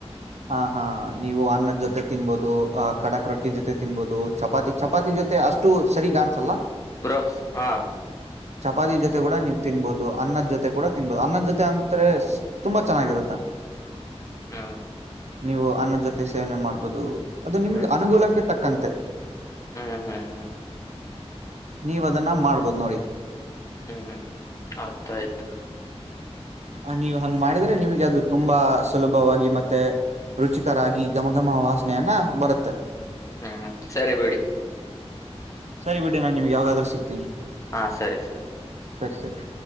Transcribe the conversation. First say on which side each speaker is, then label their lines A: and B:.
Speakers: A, on the right; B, on the left.
A: ಹಾ ಹಾ ನೀವು ಅನ್ನದ ಜೊತೆ ತಿನ್ಬಹುದು ಅಹ್ ಕಡಕ್ ರೊಟ್ಟಿ ಜೊತೆ ತಿನ್ಬಹುದು ಚಪಾತಿ ಚಪಾತಿ ಜೊತೆ ಅಷ್ಟು ಸರಿ ಚಾನ್ಸ್ ಅಲ್ಲ
B: ಬ್ರೋ ಹಾ
A: ಚಪಾತಿ ಜೊತೆ ಕೂಡ ನೀವ್ ತಿನ್ಬೋದು ಅನ್ನದ್ ಜೊತೆ ಕೂಡ ತಿನ್ಬಹದು ಅನ್ನದ್ ಜೊತೆ ಅಂತ್ರೆ ತುಂಬಾ ಚೆನ್ನಾಗಿರುತ್ತೆ
B: ಹ್ಮ
A: ನೀವು ಅನ್ನ ಜೊತೆ ಸೇವನೆ ಮಾಡ್ಬಹುದು ಅದು ನಿಮ್ಗೆ
B: ಹ್ಮ್
A: ಅನುಗೂಲಕ್ಕೆ ತಕ್ಕಂತೆ
B: ಹ್ಮ್ ಹ್ಮ್ ಹ್ಮ್
A: ನೀವ ಅದನ್ನ ಮಾಡ್ಬೋದು ನೋಡಿ
B: ಹ್ಮ್ ಹ್ಮ್ ಆತ ಆಯ್ತು
A: ನೀವು ಹಂಗ್ ಮಾಡಿದ್ರೆ ನಿಮ್ಗೆ ಅದು ತುಂಬಾ ಸುಲಭವಾಗಿ ಮತ್ತೆ ರುಚಿಕರಾಗಿ ಘಮಘಮ ವಾಸನೆಯನ್ನ ಬರುತ್ತೆ
B: ಹ್ಮ್ ಸರಿ ಬಿಡಿ
A: ಸರಿ ಬಿಡ ನಾನ್ ನಿಮ್ಗೆ ಯಾವಾದ್ ಸಿಕ್ತ
B: ಹಾ ಸರಿ ಸರಿ
A: ತರಿರಿಸರಿ